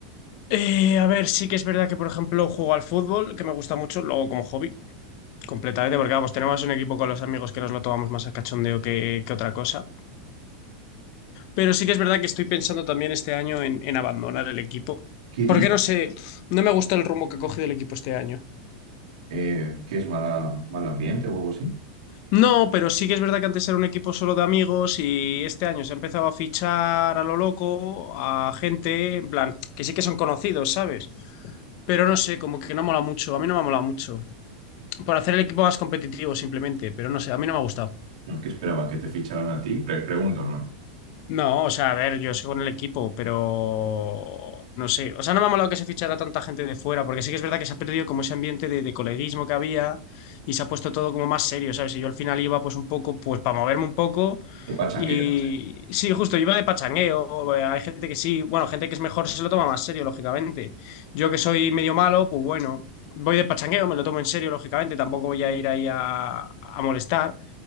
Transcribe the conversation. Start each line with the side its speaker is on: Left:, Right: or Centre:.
Left: Eh, a ver, sí que es verdad que, por ejemplo, juego al fútbol, que me gusta mucho, luego como hobby. Completamente, porque vamos, tenemos un equipo con los amigos que nos lo tomamos más a cachondeo que, que otra cosa. Pero sí que es verdad que estoy pensando también este año en, en abandonar el equipo.
Right: ¿Qué dices?
Left: Porque no sé, no me gusta el rumbo que ha cogido el equipo este año.
Right: Eh, ¿qué es mala, mal ambiente o algo así?
Left: No, pero sí que es verdad que antes era un equipo solo de amigos y este año se ha empezado a fichar a lo loco, a gente, en plan, que sí que son conocidos, ¿sabes? Pero no sé, como que no mola mucho, a mí no me mola mucho. Por hacer el equipo más competitivo simplemente, pero no sé, a mí no me ha gustado.
Right: No, ¿Qué esperaban? ¿Que te ficharan a ti? Pre- pregunto, ¿no?
Left: No, o sea, a ver, yo sigo en el equipo, pero no sé. O sea, no me ha molado que se fichara tanta gente de fuera, porque sí que es verdad que se ha perdido como ese ambiente de, de coleguismo que había y se ha puesto todo como más serio, ¿sabes? Y yo al final iba pues un poco, pues para moverme un poco
Right: ¿Qué pachangueo?
Left: y sí, justo, iba de pachangueo, eh, hay gente que sí, bueno, gente que es mejor se lo toma más serio, lógicamente. Yo que soy medio malo, pues bueno, voy de pachangueo, me lo tomo en serio, lógicamente, tampoco voy a ir ahí a, a molestar.